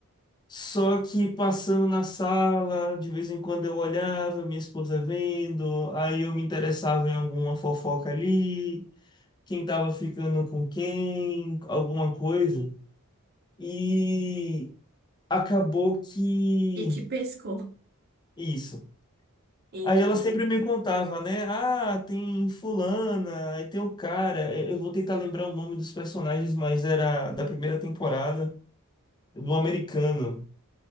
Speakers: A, on the left (about 20°); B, on the right (about 45°).
A: Só que passando na sala, de vez em quando eu olhava, minha esposa vendo, aí eu me interessava em alguma fofoca ali, quem tava ficando com quem, alguma coisa. E acabou que.
B: E te pescou.
A: Isso.
B: Enfim.
A: Aí ela sempre me contava, né? Ah, tem fulana, aí tem o cara. Eu eu vou tentar lembrar o nome dos personagens, mas era da primeira temporada, do americano,